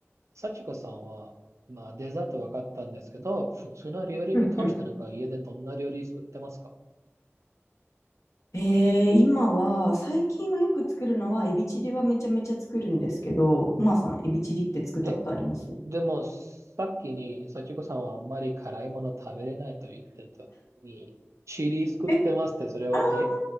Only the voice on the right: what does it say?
幸子さんは、まあ、デザート分かったんですけど、普通の料理に通してなんか、
家でどんな料理作ってますか
えでも、さっきに、幸子さんはあんまり辛いもの食べれないと言ってたのに、チリ作ってますって、
それは、
え、